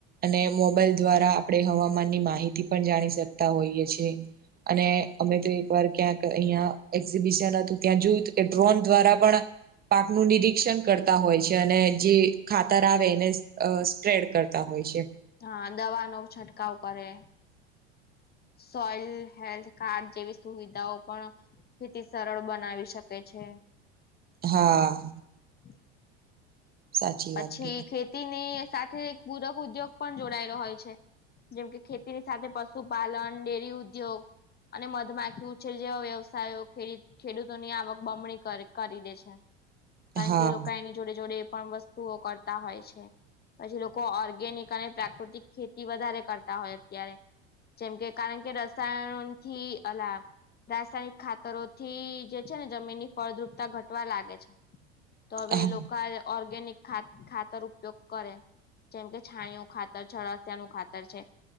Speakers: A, on the right; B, on the left.
A: અને મોબાઈલ દ્વારા આપડે હવા માન ની માહિતી પણ જાણી શકતા હોઈએ છે. અને અમે તો એક વાર ક્યાંક અહીયાં એક્ઝિબિશન હતું. ત્યાં જોયું હતું કે ડ્રોન દ્વારા પણ પાકનું નિરીક્ષણ કરતા હોય છે. અને જે ખાતર આવે એન અ સ ટ્રેડ કરતા હોય છે.
B: હા દવા નો છંટકાવ કરે. સોઈલ હેલ્થ કાર્ડ જેવી સુવિધાઓ પણ ખેતી સરળ બનાવી શકે છે.
A: હા
B: હ
A: સાચી
B: પછી
A: વાત કીધી
B: ખેતીની સાથે એક પૂરક ઉદ્યોગ પણ જોડાયેલો હોય છે. જેમ કે ખેતીની સાથે પશુપાલન ડેરી ઉદ્યોગ અને મધમાખી ઉછેર જેવા વ્યવસાયો ખેત ખેડૂતોની આવક બમણી કરે કરી દે છે. કારણ
A: હા
B: કે એ લોકો એની જોડે જોડે એ પણ વસ્તુઓ કરતા હોય છે. પછી લોકો ઓર્ગેનિક અને પ્રાકૃતિક ખેતી વધારે કરતા હોય અત્યારે જેમ કે કારણ કે રસાયણોથી <unintelligible> રાસાયણિક ખાતરો થી જે છે ને જમીન ની ફળદ્રુપતા ઘટવા લાગે છે. તો હવે
A: હા
B: એ લોકો એ ઓર્ગેનિક ખાત ખાતર ઉપયોગ કરે જેમ કે છાણીયુ ખાતર છે. અળસિયા નું ખાતર છે.